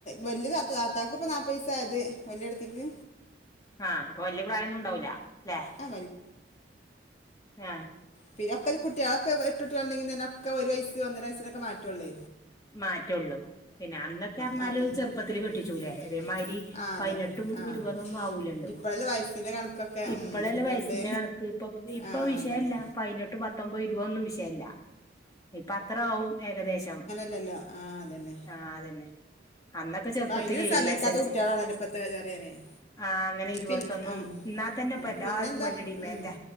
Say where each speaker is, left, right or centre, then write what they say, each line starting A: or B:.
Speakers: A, on the left; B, on the left.
A: വലിയ തത്തക്ക്പ്പ നാപ്പത് വയസ്സായി അത് വലിയേടത്തിക്ക്
B: ആ അപ്പൊ വല്യ പ്രായൊ ന്നുംണ്ടാവൂല അല്ലെ
A: ആ
B: ആ
A: പിന്നെക്കെ കുട്ടികളൊക്കെ ഇട്ടുണ്ടെങ്കിൽന്നെൊക്കെ ഒരു വയസ് ഒന്നര വയസിനൊക്ക മാറ്റൊള്ളു
B: മാറ്റുള്ളൂ പിന്നെ അന്നൊക്കെ അറിഞ്ഞാല്
A: മാറ്റും
B: ചെറുപ്പത്തില് കെട്ടിച്ചൂലേ
A: ഉം
B: ഇമാതിരി
A: ആ
B: പതിനെട്ട്
A: അതന്നെ
B: പത്തും
A: ആ
B: ഇപതൊന്നും ആവൂല്ലല്ലോ
A: ഇപ്പഴല്ലേ വയസ്സിന്റെ കണക്കൊക്കെ
B: ഇപ്പളല്ല
A: ഉം ഇരുപത്തിരണ്ട്
B: വയസിന്റെ കണക്ക് ഇപ്പ ഇപ്പൊ
A: ആ
B: വിഷയല്ല
A: അതന്നെ
B: പതിനെട്ട് പത്തൊമ്പത് ഇരുപൊന്നും വിഷയല്ല ഇപ്പ അത്ര ആവും ഏകദേശം
A: ല്ലോ ആ അതന്നെ
B: ആഹ് അതന്നെ അന്നൊക്കെ ചെറുപ്പത്തിലേ
A: അയിന് സമ്മയിക്കാതെ
B: എസ് എൽ
A: കുട്ടിയാളാണ്
B: സി
A: ഇപ്പത്തെ <unintelligible>
B: ആഹ് അങ്ങനെ ഇരുപത്തൊന്നും
A: പിൻ ആ
B: എന്നാ തന്നെഇപ്പോല്ലാർക്കും
A: ആ പിന്നെന്താ
B: വലിയ ഡിമാൻഡാ
A: ഉം